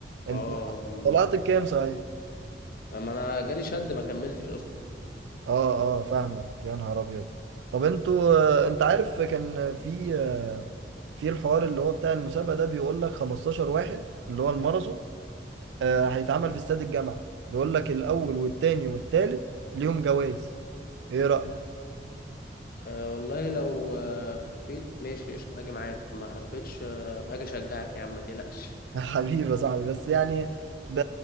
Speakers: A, on the right; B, on the left.
A: انت
B: اه م-
A: طلعت الكام صحيح
B: اما انا جالي شد ما كملتش اصلا
A: اه اه فاهمك يا نهار ابيض طب انتوا آه، انت عارف كان في آه، في الحوار اللي هو بتاع المسابقة ده بيقول لك 15 واحد اللي هو الماراثون آه، هيتعمل في استاد الجامعة بيقول لك الاول والتاني والتالت ليهم جوائز ايه رأيك
B: أه والله لو آه، خفيت ماشي قشطة هاجي معاك ما خفيتش آه، هاجي اشجعك يا عم ما تقلقش
A: حبيبي يا صاحبي بس يعني ب...